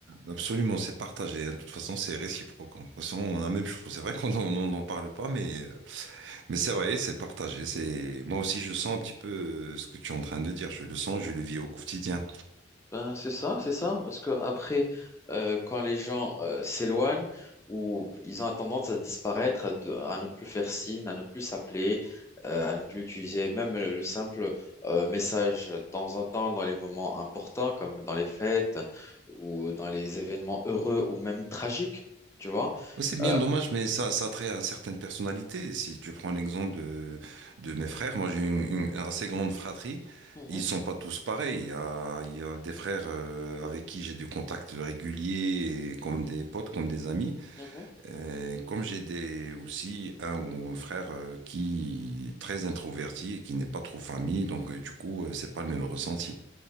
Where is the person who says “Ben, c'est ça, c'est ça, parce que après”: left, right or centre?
Left